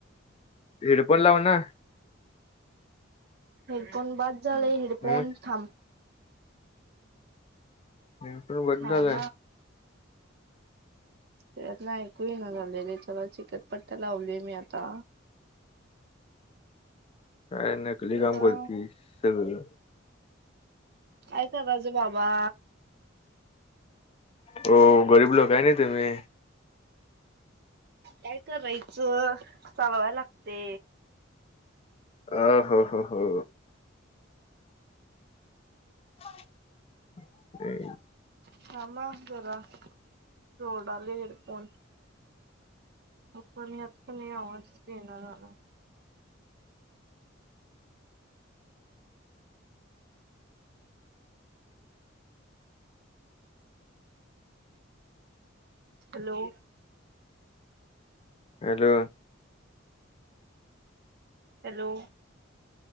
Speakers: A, on the left; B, on the right.
A: हेडफोन लाव ना.
B: हेडफोन बाध झालय हेडफोन
A: हम्म
B: थाबं.
A: <unintelligible>
B: थांम.
A: झालाय
B: तेज्यातन ऐकू ईना झालय रे त्याला कटपट्ट्या लावलोय मी आता.
A: काय नकली
B: जरा
A: काम करतीस सगळं.
B: काय करायचं बाबा.
A: हो गरीब लोक हाय ना तुम्ही.
B: काय करायचं चालवाय लागते.
A: अ हो हो हो. <unintelligible>
B: थांम अ जरा जोडालोय हेडफोन. हा पण ह्यात क नी आवाज येईना झालाय. Hello.
A: Hello.
B: Hello.